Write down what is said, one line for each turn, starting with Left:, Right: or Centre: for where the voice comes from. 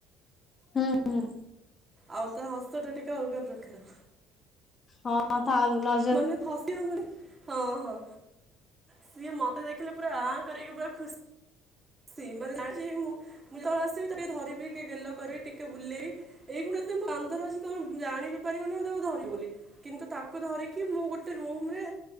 Left: ହୁଁ ହୁଁ।
Right: ଆଉ ତା ହସ ଟା ଟିକେ ଅଲଗା ପ୍ରକାର।
Left: ହଁ ତା <unintelligible> ନ
Right: ମାନେ ଫସିବ ମାନେ ହଁ ହଁ ସିଏ ମତେ ଦେଖିଲେ ପୁରା ଆଁ କରିକି ପୁରା ଖୁସ୍ ସି ମାନେ ଜାଣି ମୁଁ ମୁଁ ଯେଳେ ଆସିବି ତାିକେ ଧରିବି ଟିକେ ଗେଲ କରିବି ଟିକେ ବୁଲେଇବି। ଏଇ ଖୁଁଣ ଏତ କାନ୍ଧରେ ଅଛି ତମେ ଜାଣିିବି ପାରିବନି ମୁଁ ତାକୁ ଧରିବି ବୋଲି କିନ୍ତୁ? ତାକୁ ଧରିକି ମୁଁ ଗୋଟେ ରୁମ ରେ